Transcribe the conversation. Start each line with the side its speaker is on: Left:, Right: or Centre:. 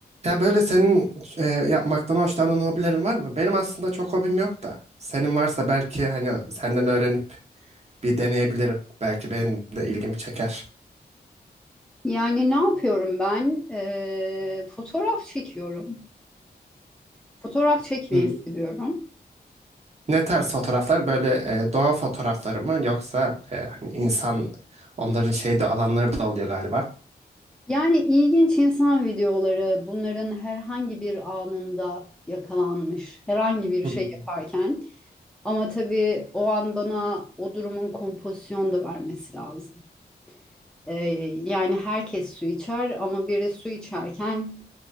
Right: Ya böyle senin e, yapmaktan hoşlandığın hobilerin var mı? Benim aslında çok hobim yok da. Senin varsa belki hani senden öğrenip bir deneyebilirim. Belki benim de ilgimi çeker.
Centre: Yani ne yapıyorum ben? Ee, fotoğraf çekiyorum. Fotoğraf çekmeyi
Right: Hmm.
Centre: seviyorum.
Right: Ne tarz fotoğraflar? Böyle e, doğa fotoğrafları mı yoksa e, hani insan onların şey de alanları da oluyor galiba.
Centre: Yani ilginç insan videoları bunların herhangi bir anında yakalanmış, herhangi bir
Right: Hmm.
Centre: şey yaparken. Ama tabii o an bana o durumun kompozisyonu da vermesi lazım. Ee, yani herkes su içer ama biri su içerken